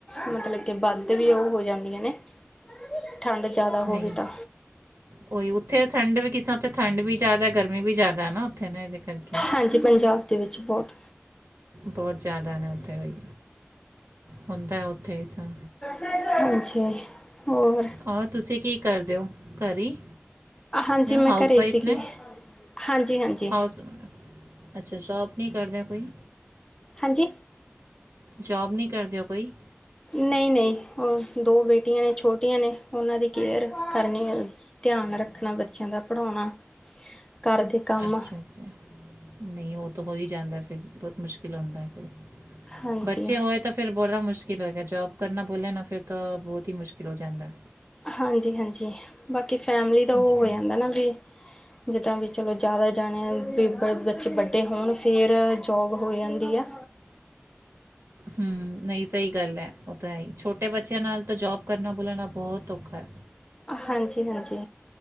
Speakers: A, on the left; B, on the right.
A: ਮਤਲਬ ਕਿ ਵੱਧ ਵੀ ੳਹ ਹੋ ਜਾਂਦੀਆਂ ਨੇ, ਠੰਡ ਜਾਦਾ ਹੋਵੇ
B: ਨਹੀਂ
A: ਤਾਂ।
B: ਉਹੀ ਉੱਥੇ ਠੰਡ ਵੀ ਕਿਸਾਂ ਉੱਥੇ ਠੰਡ ਵੀ ਜ਼ਿਆਦਾ ਗਰਮੀ ਵੀ ਜ਼ਿਆਦਾ ਨਾ ਉੱਥੇ ਨਾ ਇਹਦੇ ਕਰਕੇ
A: ਹਾਂਜੀ ਪੰਜਾ ਦੇ ਵਿੱਚ ਬੋਤ
B: ਬੋਤ ਜਾਦਾ ਨੇ ੳਥੇ ਵਈ ਹੁੰਦਾ ੳਥੇ ਇਸਾ।
A: ਹਾਂਜੀ, ਹੋਰ
B: ਔਰ ਤੁਸੀ ਕੀ ਕਰਦੇ ਓ? ਘਰੇ ਈ
A: ਹਾਂਜੀ
B: ਮੈਂ ਹਾਊਸ-ਵਾਈਫ
A: ਘਰੇ ਸੀਗੀ
B: ਨੇ,
A: ਹਾਂਜੀ ਹਾਂਜੀ
B: ਹਾਊਸ ਅੱਛਾ ਜੋਬ ਨੀ ਕਰਦੇ ਆਂ ਕੋਈ?
A: ਹਾਂਜੀ
B: ਜੋਬ ਨੀ ਕਰਦੇ ਓ ਕੋਈ?
A: ਨਈ-ਨਈ, ੳਹ ਦੋ ਬੇਟੀਆਂ ਨੇ ਛੋਟੀਆਂ ਨੇ, ੳਨਾਂ ਦੀ ਕੇਅਰ ਕਰਨੀ ਏ ਧਆਨ ਰੱਖਨਾ ਬੱਚੇਆਂ ਦਾ, ਪੜੋਨਾ, ਘਰ ਦੇ ਕੰਮ
B: ਅੱਛਾ-ਅੱਛਾ, ਨਈ ੳਹ ਤੋ ਹੋ ਈ ਜਾਂਦਾ ਫੇਰ, ਬੋਤ ਮੁਸ਼ਕਿਲ ਹੁੰਦਾ ਫੇਰ।
A: ਹਾਂਜੀ
B: ਬੱਚੇ ਹੋਏ ਤਾਂ ਫੇਰ ਬੋੜਾ ਮੁਸ਼ਕਿਲ ਹੋਏਗਾ, ਜੋਬ ਕਰਨਾ ਬੋਲਿਆ ਨਾ ਫੇਰ ਤਾਂ ਬੋਤ ਈ ਮੁਸ਼ਕਿਲ ਹੋ ਜਾਂਦਾ।
A: ਹਾਂਜੀ-ਹਾਂਜੀ, ਬਾਕੀ ਫੈਮਲੀ ਦਾ ੳਹ
B: ਅੱਛਾ
A: ਹੋ ਜਾਂਦਾ ਨਾਂ ਵੀ ਜਿੱਦਾਂ ਵੀ ਚਲੋ ਜਾਦਾ ਜਾਣੇ ਵੀ ਬ ਬੱਚੇ ਵੱਡੇ ਹੋਨ ਫੇਰ ਜੋਬ ਹੋ ਜਾਂਦੀ ਆ।
B: ਹੂੰ ਨਈ ਸਹੀ ਗੱਲ ਐ, ਉਹ ਤਾਂ ਹੈ ਈ। ਛੋਟੇ ਬੱਚੇਆਂ ਨਾਲ ਤਾਂ ਜੋਬ ਕਰਨਾ ਬੋਲਾ ਨਾ ਬੋਤ ਔਖਾ ਐ।
A: ਹਾਂਜੀ-ਹਾਂਜੀ,